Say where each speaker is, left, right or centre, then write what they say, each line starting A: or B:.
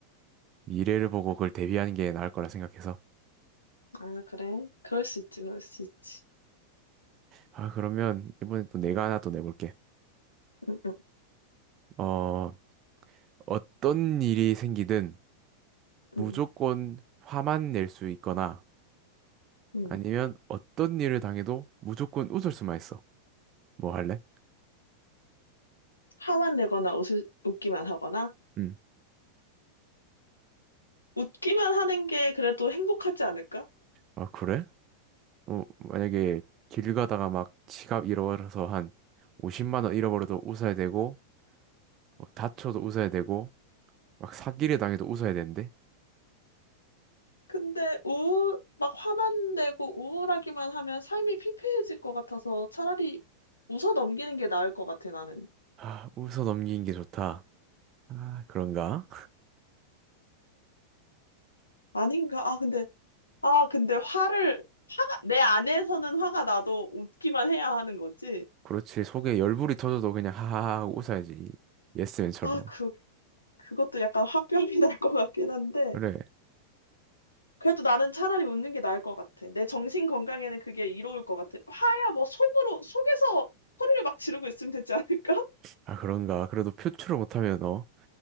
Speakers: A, on the right (about 30°); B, on the left (about 80°).
A: 미래를 보고 그걸 대비하는 게 나을 거라 생각해서.
B: 아, 그래. 그럴 수 있지, 그럴 수 있지.
A: 아 그러면 이번에 또 내가 하나 또 내볼게.
B: 응, 응,
A: 어 어떤 일이 생기든 무조건
B: 응,
A: 화만 낼 수 있거나
B: 응.
A: 아니면 어떤 일을 당해도 무조건 웃을 수만 있어. 뭐 할래?
B: 화만 내거나 웃 웃기만 하거나?
A: 음.
B: 웃기만 하는 게 그래도 행복하지 않을까?
A: 아 그래? 어 만약에 길 가다가 막 지갑 잃어버려서 한 50만 원 잃어버려도 웃어야 되고 막 다쳐도 웃어야 되고 막 사기를 당해도 웃어야 되는데?
B: 근데 우울, 막 화만 내고 우울하기만 하면 삶이 피폐해질 것 같아서 차라리 웃어 넘기는 게 나을 것 같아, 나는.
A: 아, 웃어 넘기는 게 좋다. 아, 그런가?
B: 아닌가? 아, 근데, 아, 근데 화를, 화가, 내 안에서는 화가 나도 웃기만 해야 하는 거지?
A: 그렇지. 속에 열불이 터져도 그냥 하하하 하고 웃어야지. 예스맨처럼.
B: 아, 그거 그것도 약간 화병이 <laughs> 날 것 같긴 한데,
A: 그래.
B: 그래도 나는 차라리 웃는 게 나을 것 같아. 내 정신 건강에는 그게 이로울 것 같아. 화야 뭐 속으로, 속에서 소리를 막 지르고 있으면 되지 않을까? <laughs>
A: 아, 그런가? 그래도 표출을 못하면 어?